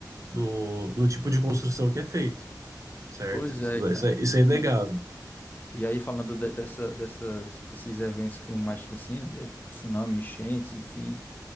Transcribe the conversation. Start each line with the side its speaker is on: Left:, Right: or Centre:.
Right: no, no tipo de construção que é feito, certo?
Left: Pois
Right: Isso,
Left: é, cara.
Right: isso é, isso é inegável.
Left: E, e aí, falando de- dessa, dessas, desses eventos climáticos, assim, né? de Tsunami, enchentes, enfim,